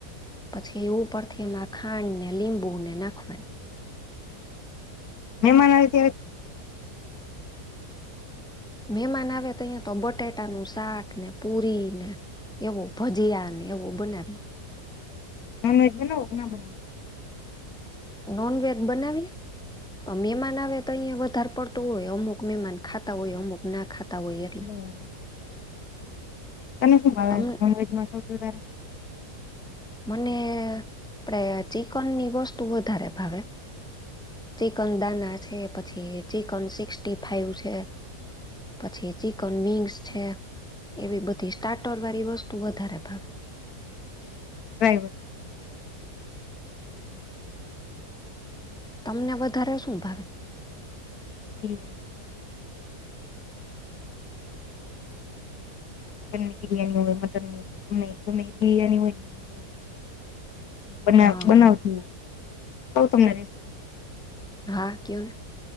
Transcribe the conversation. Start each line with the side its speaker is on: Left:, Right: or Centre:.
Centre: પછી એ ઉપરથી એમાં ખાંડ ને લીંબુને નાખવાની.
Left: મહેમાન આવે ત્યારે <unintelligible>
Centre: મહેમાન આવે તો અહીયા તો બટેટાનું શાક ને પુરી ને એવું ભજયા ને એવુ બનાવીયે
Left: નોન વેેજ બનાવો કે ના બનાવો
Centre: નોન વેજ બનાવીએ પણ મેંમાન આવે તો અહીંયા વધારે પડ તુ હોય અમુક મહેમાન ખાતા હોય અમુક ના ખાતા હોય એ
Left: હમ્મ. તને શું ભાવ
Centre: તમ
Left: નોનવેજમાં સૌથી વધારે,
Centre: મને આપડે ચિકન ની વસ્તુ વધારે ભાવે, ચિકન દાના છે, પછી ચિકન સિક્સીટી ફાઈવ છે. પછી ચિકન વિંગ્સ છે, એવી બધી સ્ટાર્ટર વાળી વસ્તુ વધારે ભાવ,
Left: <inaudible>
Centre: તમને વધારે શું ભાવે.
Left: હમ્મ. <inaudible> ચિકન ની બિરિયાની હોય મટન ની હોય ગમે ગમે બિરિયાની હોય. મને બના
Centre: હા
Left: બનાવતી ક્વ તમને રેસિપી.
Centre: હા કયો ને.